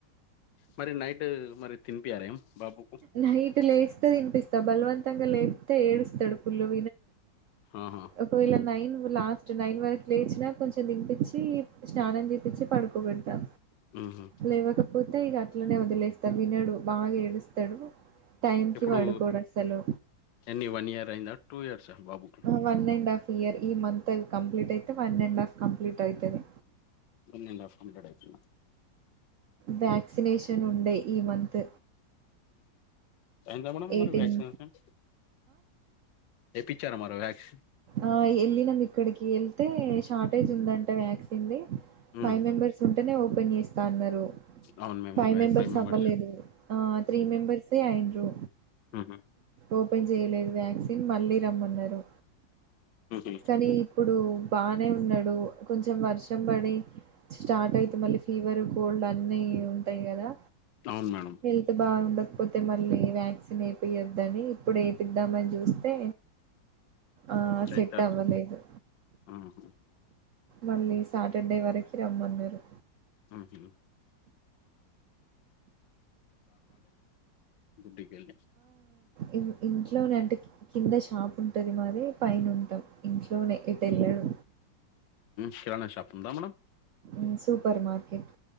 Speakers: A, on the left; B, on the right.
A: మరి నైట్ మరి తినిపియారేం బాబుకు
B: నైటు లేస్తే తినిపిస్తా బలవంతంగా లేపితే ఏడుస్తాడు కుల్లు
A: ఆహా
B: ఒకవేళ నైన్ లాస్ట్ నక్స్ట్ నైన్ వరకు లేచినా కొంచెం తినిపించి స్నానం చేపించి పడుకోబెడతా
A: ఉహు
B: లేవకపోతే ఇక అట్లనే వదిలేస్తా వినడు బాగా ఏడుస్తాడు టైం కి
A: ఇప్పుడు
B: పడుకోడు అసలు
A: ఎన్ని వన్ ఇయర్ అయిందా టూ ఇయర్స్ బాబు
B: వన్ అండ్ హాఫ్ ఇయర్ ఈ మంత్ అ కంప్లీట్ అయితే వన్ అండ్ హాఫ్ కంప్లీట్ అయితది
A: వన్ అండ్ హఫ్ కంప్లీట్ అవుతుందా
B: వ్యాక్సినేషన్ ఉండే ఈ మంత్
A: అంత మేడ
B: ఎయిటీన్
A: మరి వ్యాక్సినేషన్ ఏపిచ్చారా మరి వ్యాక్సిన్
B: ఆ వెళ్ళినమ్ ఇక్కడికి వెళ్తే షార్టేజ్ ఉందంట వ్యాక్సిన్డి
A: ఉమ్
B: ఫైవ్ మెంబర్స్ ఉంటేనే ఓపెన్ చేస్తా అన్నారు
A: అవును మేము
B: ఫైవ్
A: ఐ
B: మెంబెర్స్
A: మెంబర్స్
B: అవ్వలేదు ఆ త్రీ మెంబెర్స్యే అయ్యిండ్రూ
A: ఆహా
B: ఓపెన్ చేయలేదు వ్యాక్సిన్ మళ్ళీ రమ్మన్నారు
A: ఉహు
B: కానీ ఇప్పుడు బానే ఉన్నాడు కొంచెం వర్షం పడి స్టార్ట్ అయితే మళ్ళీ ఫీవర్ కోల్డ్ అన్ని ఉంటాయి కదా
A: అవును మేడం
B: హెల్త్ బాగు లేకపోతే మళ్ళీ వ్యాక్సిన్ అయిపోయొద్దని ఇప్పుడు ఏపిద్దామని చూస్తే ఆ
A: చేత్తారు
B: సెట్ అవ్వలేదు
A: ఉహు
B: మళ్ళీ సాటర్డే వరకు రమ్మన్నారు
A: ఆహా గుడ్బకిలి
B: ఇం ఇంట్లోనే అంటే కింద షాప్ ఉంటది మాది పైన ఉంటాం ఇంట్లో ఇంట్లోనే ఎటు వెళ్ళాడు
A: కిరాణా షాప్ ఉందా మనం
B: ఉ సూపర్ మార్కెట్